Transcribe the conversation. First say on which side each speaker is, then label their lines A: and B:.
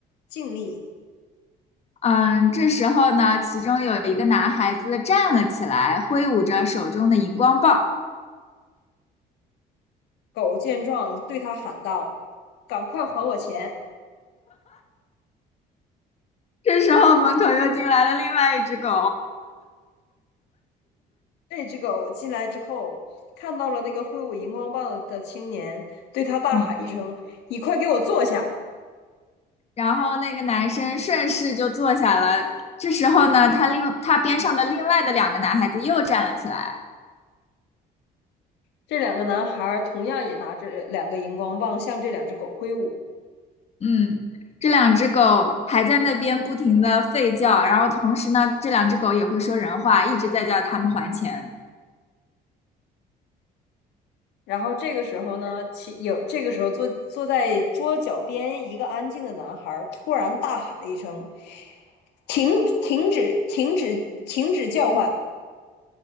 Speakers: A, on the left; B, on the left.
A: 静谧。
B: 嗯，这时候呢，其中有一个男孩子站了起来，挥舞着手中的荧光棒。
A: 狗见状，对他喊道：“赶快还我钱！”
B: 这时候门口又进来了另外一只狗，
A: 这只狗进来之后，看到了那个挥舞荧光棒的青年，对他大喊一声：
B: <laughs> 嗯，
A: “你快给我坐下！”
B: 然后那个男生顺势就坐下了。这时候呢，他另他边上的另外的两个男孩子又站了起来，
A: 这两个男孩儿同样也拿着两个荧光棒向这两只狗挥舞。
B: 嗯，这两只狗还在那边不停的吠叫，然后同时呢，这两只狗也会说人话，一直在叫他们还钱。
A: 然后这个时候呢，其有这个时候坐坐在桌角边一个安静的男孩突然大喊了一声：“停！停止！停止！停止叫唤！”